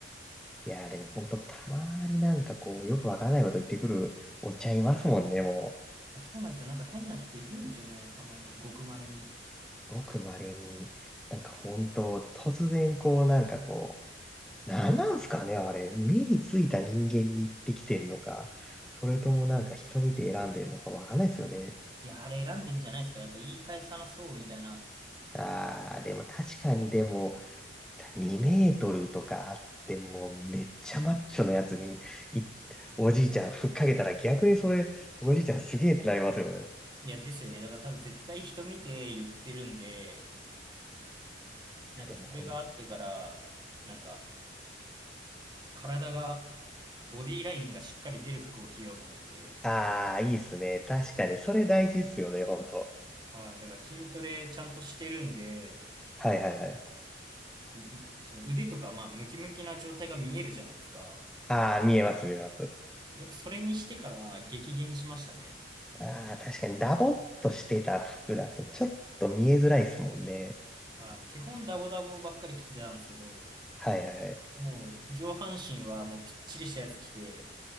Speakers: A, in the centre; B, on the right (about 25°).
A: いやー、でも本当たまになんかこう、よくわかんないこと言ってくるおっちゃんいますもんね、も
B: いやそうなんですよ。なんか変な人いるんですよね。たまに、ごく稀に。
A: う。ごく稀に、なんか本当突然こう、なんかこう、なんなんすかね、あれ。目についた人間に行ってきてんのか、それともなんか人見て選んでんのかわかんないですよね。
B: いや、あれ選んでんじゃないですか。やっぱ言い返さなそうみたいな。
A: あー、でも確かにでも、2メートルとかあっても、めっちゃマッチョなやつに、いおじいちゃんふっかけたら逆にそれ、おじいちゃんすげえってなりますよね。い
B: いや、ですよね。だから多分絶対人見て言ってるんで、
A: や、
B: なんかそれがあってから、
A: でもほん、
B: なんか、体が、ボディラインがしっかり出る服を着ようと思って、
A: あー、いいっすね。確かに、それ大事っすよね、ほんと。
B: はい。だから筋トレちゃんとしてるんで、
A: はいはいはい。
B: なんか、ううその腕とか、まあ、ムキムキな状態が見えるじゃないですか。
A: あー、見えます見えます。
B: やっぱそれにしてから激減しましたね。
A: あー、確かにダボっとしてた服だとちょっと見えづらいっすもんね。
B: はい。基本ダボダボばっかり着てたんですけど、
A: はいはいはい。
B: もう上半身はもうぴっちりしたやつ着て、